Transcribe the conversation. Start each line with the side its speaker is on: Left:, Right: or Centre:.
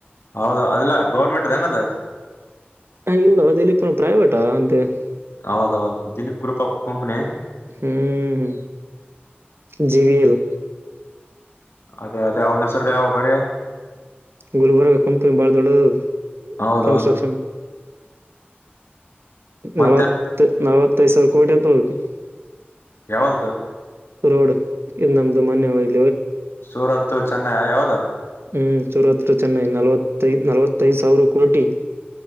Left: ಹೌದ ಅದಲ್ಲ ಗೌರ್ಮೆಂಟ್ನದ <unintelligible>
Right: ಹ ಇಲ್ಲವ ದಲ್ಲಿ ಪನು ಪ್ರೈವೇಟಾ ಅಂತೆ <inaudible>
Left: ಹೌದ ಹೌದು ದಿಲೀಪ್ ಗ್ರರುಪ್ ಕಂಪನಿ <inaudible>
Right: ಹ್ಮ್ ಜಿ ಬಿ ಎಲ್ <unintelligible>
Left: ಅದೇ ಅದೇ ಅವನ ಹೆಸ್ರ ಯಾವ ಬರೀ <inaudible>
Right: ಗುಲ್ಬರ್ಗ ಕಂಪನಿ ಭಾಳ ದೊಡ್ಡದು
Left: ಹೌದೌದು
Right: ಕನ್ಸ್ಟ್ರಕ್ಷನ್ <inaudible>
Left: ಮತ್ತೆ
Right: ನಲವತ್ತು ನಲವತ್ತೈದು ಸಾವಿ ಕೋಟಿ ಅಂತದು <inaudible>
Left: ಯಾವದಕ್ಕ <inaudible>
Right: ರೋಡ್ ಇದು ನಮ್ದು ಮಾನ್ಯವಾಗಿ <inaudible>
Left: ಸೂರತ್ ಚೆನ್ನೈ ಯಾವದಾ <inaudible>
Right: ಹ್ಮ್ ಸೂರತ್ ಚೆನ್ನ ನಲವತ್ತದು ನಲವತ್ತದು ಸಾವಿರ ಕೋಟಿ <inaudible>